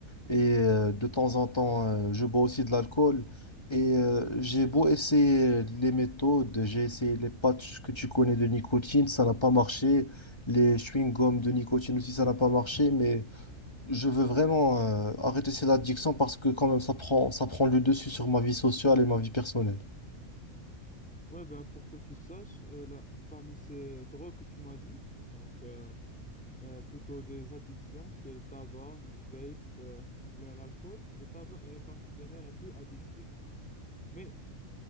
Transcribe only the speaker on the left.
Et euh, de temps en temps, euh, je bois aussi de l'alcool. Et euh, j'ai beau essayer les méthodes, j'ai essayé les patchs que tu connais de nicotine, ça n'a pas marché. Les chewing-gums de nicotine aussi, ça n'a pas marché. Mais je veux vraiment euh, arrêter cette addiction parce que quand même ça prend ça prend le dessus sur ma vie sociale et ma vie personnelle.